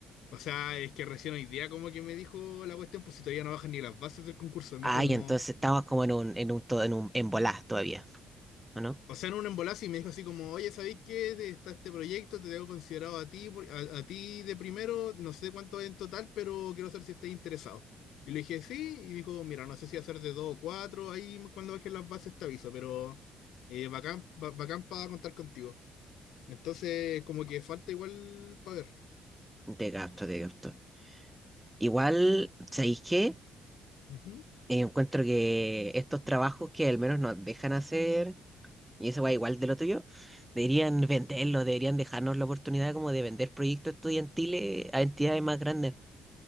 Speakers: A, on the left; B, in the centre.
A: o sea, es que recién hoy día como que me dijo la cuestión, pues si todavía no bajan ni las bases del concurso, me
B: Ay,
A: dijo como,
B: entonces estabas como en un, en un, to- en un, en volás todavía, ¿o no?
A: O sea, en un embolazo y me dijo así como, oye, ¿sabéis qué? Te- Está este proyecto, te tengo considerado a ti, por- a, a ti de primero, no sé cuánto hay en total, pero quiero saber si estáis interesado. Y le dije, sí, y me dijo, mira, no sé si hacer de dos o cuatro, ahí cuando bajen las bases te aviso, pero eh, bacán, ba- bacán para contar contigo. Entonces, como que falta igual para ver.
B: De gasto, de gasto. Igual, ¿sabéis qué?
A: Ujú,
B: Eh, encuentro que estos trabajos que al menos nos dejan hacer, y eso va igual de lo tuyo, deberían venderlos, deberían dejarnos la oportunidad como de vender proyectos estudiantiles a entidades más grandes.